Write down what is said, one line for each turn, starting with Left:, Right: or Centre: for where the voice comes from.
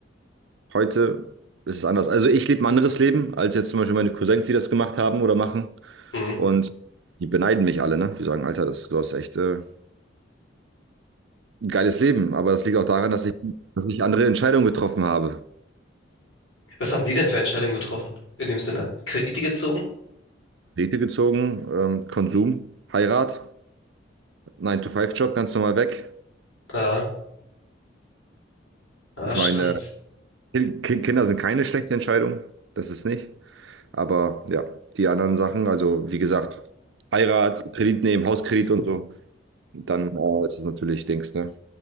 Right: Heute ist es anders. Also ich lebe ein anderes Leben, als jetzt zum Beispiel meine Cousins, die das gemacht haben oder machen.
Left: Hm.
Right: Und die beneiden mich alle, ne? Die sagen, Alter, das, du hast echt äh, ein geiles Leben. Aber das liegt auch daran, dass ich, dass ich andere Entscheidungen getroffen habe.
Left: Was haben die denn für Entscheidungen getroffen? In dem Sinne, Kredite gezogen?
Right: Rete gezogen, ähm, Konsum, Heirat, Nine to Five job ganz normal weg.
Left: Ja, ja,
Right: Ich
Left: stimmt.
Right: meine, äh, Ki- Kinder sind keine schlechte Entscheidung, das ist nicht. Aber ja, die anderen Sachen, also wie gesagt, Heirat, Kredit nehmen, Hauskredit und so, dann äh, ist es natürlich Dings, ne?